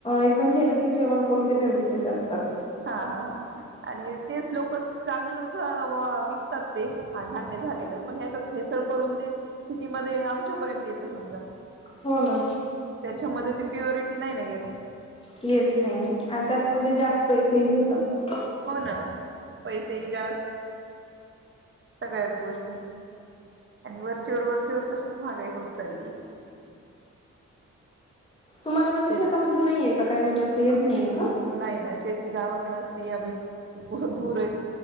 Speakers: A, on the left; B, on the right.
A: एकदम हेल्दी जेवण करून ते व्यवस्थित असतात
B: हा हा ह आणि तेच लोक चांगलं विकतात ते धान्य झालेलं पण ह्याच्यात भेसळ करून ते सिटी मध्ये आमच्यापर्यंत येत समजा
A: हो ना
B: त्याच्यामध्ये ती प्युरिटी नाही नाही आहेत
A: येत नाही आणि त्यात म्हणजे जास्त पैसेही घेतात
B: हो पैसेही जास्त सगळ्याच गोष्टी आणि वरचीवर वरचीवरर तशीच महागाई होत चालली
A: तुम्हाला म्हणजे
B: शेत
A: शेतामधले नाहीये काय म्हणजे असं येत नाहीय
B: नाही नाही शेती गावाकडे असती आम्ही खूप दूर आहेत